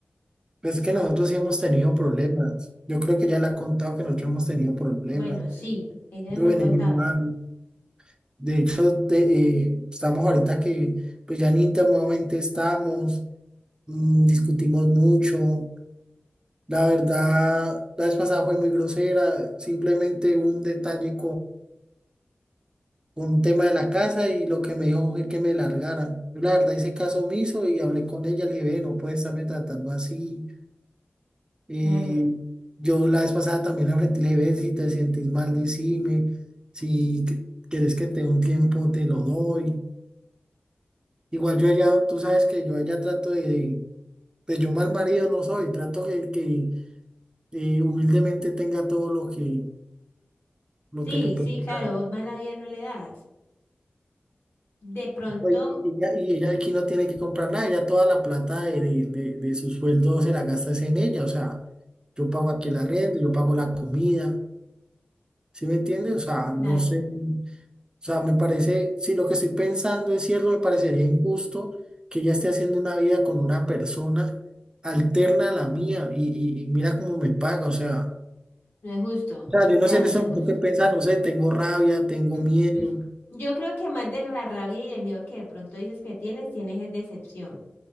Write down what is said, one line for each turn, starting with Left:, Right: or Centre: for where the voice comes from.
Right: pues es que nosotros sí hemos tenido problemas, yo creo que ya le ha contado que nosotros hemos tenido problemas,
Left: Bueno, sí, ella
Right: nosotros
Left: nos ha contado.
Right: venimos mal, de hecho de- eh, estamos ahorita que pues ya ni íntimamente estamos, mm, discutimos mucho, la verdad la vez pasada fue muy grosera, simplemente hubo un detalle un tema de la casa y lo que me dijo fue que me largara. Yo la verdad hice caso omiso y hablé con ella, le dije, ve, no puedes estarme tratando así. Y
Left: Claro.
Right: yo la vez pasada también la frente y le dije, ve, si te sientes mal, decime, si que- quieres que te dé un tiempo, te lo doy. Igual yo allá, tú sabes que yo allá trato de, de yo mal marido no soy, trato que, que eh, humildemente tenga todo lo que, lo
Left: Sí,
Right: que le puedo
Left: sí,
Right: dar.
Left: claro, vos más la vida no le das. De pronto,
Right: Oye, Y ella, y ella aquí no tiene que comprar nada, ella toda la plata de, de, de- de su sueldo se la gasta es en ella, o sea, yo pago aquí la renta, yo pago la comida, ¿sí me entiendes? O sea,
Left: claro,
Right: no sé, o sea, me parece, si lo que estoy pensando es cierto, me parecería injusto que ella esté haciendo una vida con una persona alterna a la mía y, y- y mira cómo me paga, o sea,
Left: no es justo. O
Right: o sea, yo no
Left: sea,
Right: sé en
Left: no
Right: eso
Left: es
Right: tengo
Left: justo.
Right: que pensar, no sé, tengo rabia, tengo
Left: <clears throat>
Right: miedo,
Left: Yo creo que más de la rabia y del miedo que de pronto dices que tienes, tienes es decepción.